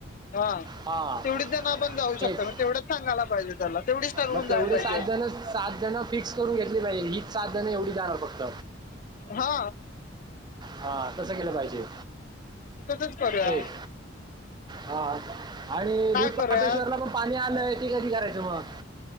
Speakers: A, on the left; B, on the right.
A: हा
B: हा
A: तेवढीच ज ना पण जाऊ
B: तेच
A: शकता म तेवढंच सांगायला पाहिजे त्याला तेवढीच ठरवून
B: मग
A: जायला
B: तेवढे
A: पाहिजे
B: सात जण सात जण फिक्स करून घेतली पाहिजे हीच सात जण एवढी जाणार फक्त
A: हा
B: हा तस केलं पाहिजे
A: तसंच करूया
B: तेेच हा आणि
A: काय
B: दूधपाबेश्वरला
A: करूया
B: पण पाणी आलंय ते कधी करायचं मग